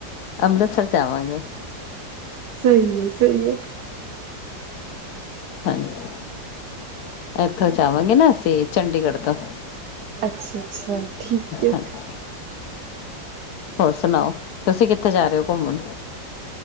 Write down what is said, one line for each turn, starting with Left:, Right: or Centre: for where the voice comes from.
Left: ਅੰਮ੍ਰਿਤਸਰ ਚ ਆਵਾਂਗੇ।
Right: ਸਹੀ ਹੈ, ਸਹੀ ਹੈ।
Left: ਹਾਂਜੀ। ਇੱਥੋਂ ਜਾਵਾਂਗੇ। ਨਾ ਅਸੀਂ ਅਤੇ ਚੰਡੀਗੜ੍ਹ ਤੋਂ
Right: ਅੱਛਾ- ਅੱਛਾ ਠੀਕ ਹੈ।
Left: ਹਾਂਜੀ ਹੋਰ ਸੁਣਾਓ, ਤੁਸੀਂ ਕਿੱਥੇ ਜਾ ਰਹੇ ਹੋ? ਘੁੰਮਣ